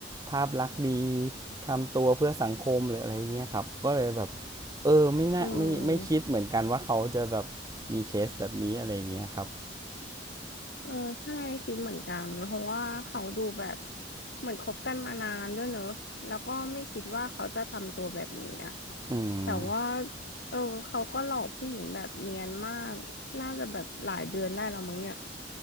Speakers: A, on the right; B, on the left.
A: ภาพลักษณ์ดี ทำตัวเพื่อสังคมหรืออะไรเงี้ยครับ ก็เลยแบบ เออไม่น่าไม่ไม่คิดเหมือนกันว่าเขาจะแบบมีเคสแบบนี้อะไรเงี้ยครับ
B: อืม เออใช่คิดเหมือนกันเพราะว่าเขาดูแบบเหมือนคบกันมานานด้วยเนอะแล้วก็ไม่คิดว่าเขาจะทำตัวแบบนี้อ่ะ
A: อืม
B: แต่ว่าเออเขาก็หลอกผู้หญิงแบบเนียนมากน่าจะแบบหลายเดือนได้แล้วมั้งเนี่ย